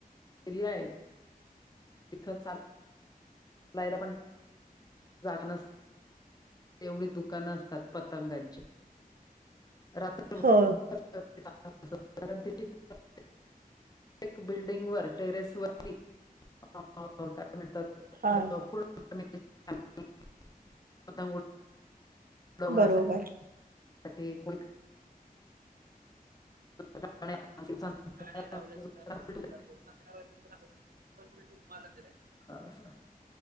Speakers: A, on the left; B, on the right.
A: फिरि्यायत तिथं चाल लायला पण जागा नसत तेवढी दुकानं असतात पतंगांची रात्र
B: हो
A: <unintelligible> एक बिल्डिंग वर टेरेस वरती काय म्हणतात <unintelligible>
B: हां.
A: उडवण्यासाठी
B: बरोबर
A: <unintelligible> <unintelligible> संध्याकाळी
B: <unintelligible>
A: हा